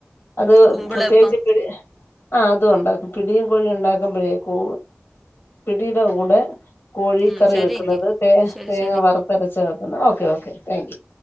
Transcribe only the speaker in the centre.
കുമ്പളപ്പം
ഉം ശരിയെങ്കിൽ
ശരി
ശരി